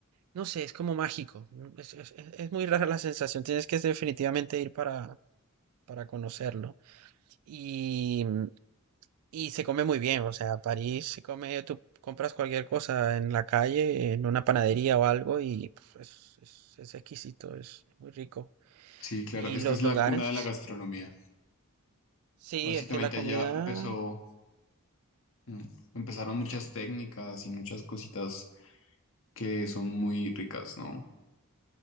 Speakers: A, on the right (about 85°); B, on the left (about 65°).
A: no sé, es como mágico. ¿no? Es, es- es- es muy rara la sensación, tienes que definitivamente ir para, para conocerlo. Y, mm, y se come muy bien, o sea, París se come, tú compras cualquier cosa en la calle, en una panadería o algo, y pf, es, es- es exquisito, es muy rico.
B: Sí, claro,
A: Y
B: es
A: los
B: que es
A: lugares,
B: la cuna de la gastronomía.
A: sí,
B: Básicamente
A: es que la comida...
B: allá empezó, mm, empezaron muchas técnicas y muchas cositas que son muy ricas, ¿no?